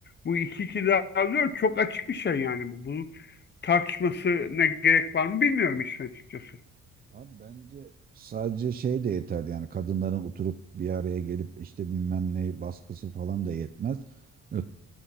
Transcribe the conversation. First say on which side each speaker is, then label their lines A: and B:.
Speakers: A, on the left; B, on the right.
A: bu iki iki daha dört çok açık bir şey yani bu. Bunun tartışması ne gerek var mı bilmiyorum işin açıkçası.
B: Abi bence sadece şey de yeterdi yani kadınların oturup bir araya gelip işte bilmem ne baskısı falan da yetmez. Ö-